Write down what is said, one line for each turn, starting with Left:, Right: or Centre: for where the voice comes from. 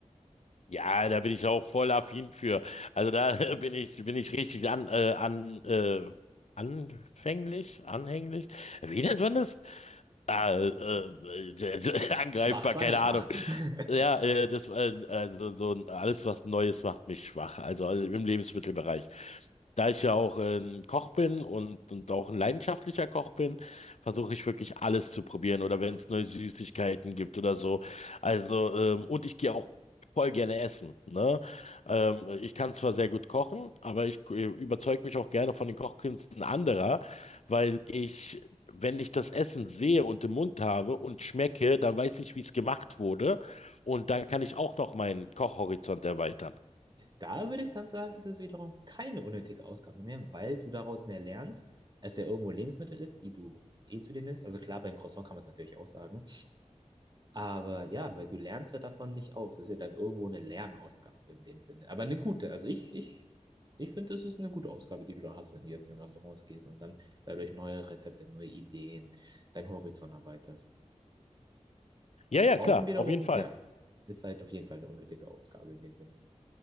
Left: Ja, da bin ich auch voll affin für. Also da <laughs> bin ich, bin ich richtig an, äh, an, äh, anfänglich, anhänglich. Wie nennt man das? Ah,
Right: Hm,
Left: äh, äh, <laughs> angreifbar,
Right: Schwach, sagen
Left: keine
Right: wir schwach.
Left: Ahnung.
Right: <laughs>
Left: Ja, äh, das, äh, also so ein- alles, was Neues macht mich schwach. Also im Lebensmittelbereich. Da ich ja auch äh, ein Koch bin und, und auch ein leidenschaftlicher Koch bin, versuche ich wirklich alles zu probieren oder wenn es neue Süßigkeiten gibt oder so. Also, ähm, und ich gehe auch voll gerne essen. Ne? Ähm, ich kann zwar sehr gut kochen, aber ich äh, überzeuge mich auch gerne von den Kochkünsten anderer, weil ich, wenn ich das Essen sehe und im Mund habe und schmecke, dann weiß ich, wie es gemacht wurde. Und dann kann ich auch noch meinen Kochhorizont erweitern.
Right: Da würde ich dann sagen, ist es wiederum keine unnötige Ausgabe mehr, weil du daraus mehr lernst, als ja irgendwo Lebensmittel ist, die du eh zu dir nimmst. Also klar, beim Croissant kann man es natürlich auch sagen. Aber ja, weil du lernst ja davon nicht aus. Das ist ja dann irgendwo eine Lernausgabe in dem Sinne. Aber eine gute. Also ich, ich, ich finde, das ist eine gute Ausgabe, die du da hast, wenn du jetzt in Restaurants gehst und dann dadurch neue Rezepte, neue Ideen, deinen Horizont erweiterst.
Left: Ja, ja,
Right: Rauchen
Left: klar,
Right: wiederum,
Left: auf jeden Fall.
Right: ja, ist halt auf jeden Fall eine unnötige Ausgabe in dem Sinne.